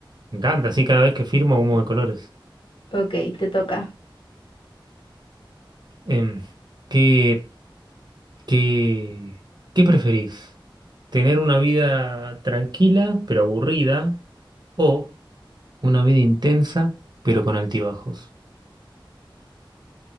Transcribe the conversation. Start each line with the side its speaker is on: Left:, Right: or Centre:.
Right: Me encanta, así cada vez que firmo humo de colores.
Left: Ok, te toca.
Right: Em, ¿qué, ¿Qué, qué preferís? ¿Tener una vida tranquila pero aburrida o una vida intensa pero con altibajos?